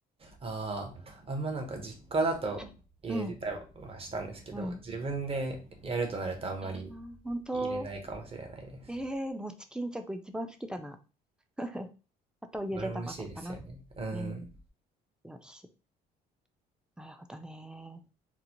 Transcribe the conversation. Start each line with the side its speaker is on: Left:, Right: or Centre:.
Right: ああ、あんまなんか実家だと入れてたりはしたんですけど、
Centre: はいうん、うん。
Right: 自分でやるとなるとあんまり
Centre: ああ、本当。
Right: 入れないかもしれないです。
Centre: ええー、餅巾着一番好きだな。<laughs> あと、ゆで卵かな。
Right: あれも美味しいですよね。うん。
Centre: うん。よし。なるほどね。